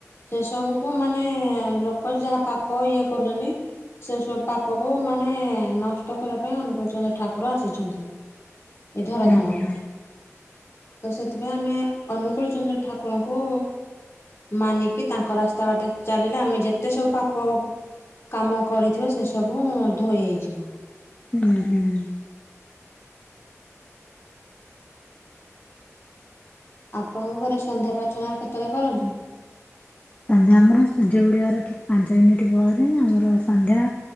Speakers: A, on the left (about 55°); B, on the left (about 25°).
A: ସେ ସବୁକୁୁ ମାନେ ଲୋକ ଯାହା ପାପ ଇଏ କରୁଛନ୍ତି ସେ ସବୁ ପାପକୁ ମାନେ ନଷ୍ଟ କରିବା ପାଇଁ ଅନୁକୂଳ ଚନ୍ଦ୍ର ଠାକୁର ଆସିଛନ୍ତି। ଏ ଧରା
B: ହୁଁ
A: ଧାମକ।
B: ହୁଁ
A: ତ ସେଥିପାଇଁ ଆମେ ଅନୁକୂଳ ଚନ୍ଦ୍ର ଠାକୁରଙ୍କୁ ମାନିକି ତାଙ୍କ ରାସ୍ତା ବାଟେ ଚାଲିଲେ ଆମେ ଯେତେ ସବୁ ପାପ କାମ କରିଥିବେ ସେ ସବୁ ଧୋଇ ହେଇଯିବ।
B: ହୁଁ ହୁଁ।
A: ଆପଣଙ୍କ ଘରେ ସନ୍ଧ୍ୟା ପ୍ରାର୍ଥନା କେତେବେଳେ କରନ୍ତି।
B: ସନ୍ଧ୍ୟା ଆମର ସୂର୍ଯ୍ୟ ଉଡିବାର ଠିକ ପାଞ୍ଚ ମିନିଟ ପରେ ଆମର ସନ୍ଧ୍ୟା